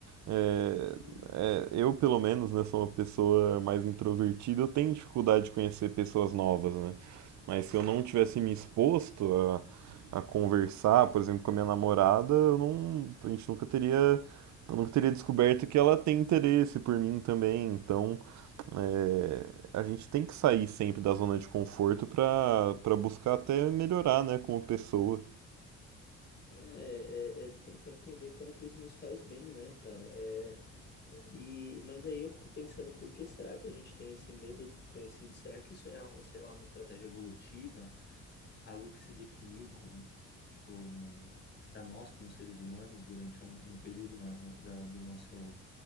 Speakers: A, on the right; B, on the left.
A: É,
B: Sim,
A: é, eu, pelo menos, né, sou uma pessoa mais introvertida, eu tenho dificuldade de conhecer pessoas novas, né? Mas se eu não tivesse me exposto a, a conversar, por exemplo, com a minha namorada, eu não, a gente nunca teria, eu nunca teria descoberto que ela tem interesse por mim também. Então, é, a gente tem que sair sempre da zona de conforto para para buscar até melhorar, né, como pessoa.
B: É, é, é tentar entender como que isso nos faz bem, né, cara? É, e, mas aí eu fico pensando, por que será que a gente tem esse medo do desconhecido? Será que isso é, um- sei lá, uma estratégia evolutiva? Algo que se definiu, como, tipo, para nós como seres humanos durante um, um período na- da, do nosso,